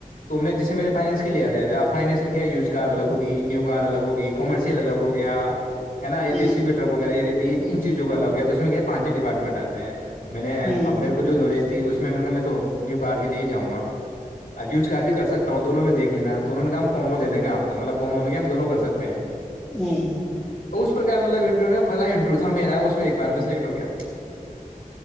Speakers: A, on the left; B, in the centre.
A: تو میں جسے میں نے فائنس لیے آیا تھا آپ فائنس میں کیا یوج کار الگی نیو ک الگ ہوگی کومرشیل الگ ہو گیا ا نا
B: ہے
A: یہ
B: ہوں
A: ج س بیٹر ہوا یہی ان چیزوں کا الاگ گیا تو اس میں کیا پانچ ہی ڈپارٹمنٹ آتے ہیں تو میں نے
B: ہوں
A: اب میرے کو جو نالج جی اس میں کرار کے لے جاؤں گا اور یوز کار بھی کر سکتا ہوں تو دونوں دیکھ ینا دونوں نے کام کومبو د گے آپ کو مطب کومبو میں کیا ہم دونوں کر سکتے ہیں
B: ہوں
A: تو اس پرک مطلب انٹروو میں پہلا انٹرویو تھا میرا اس میں ایک بار میں سلیکٹ ہو گیا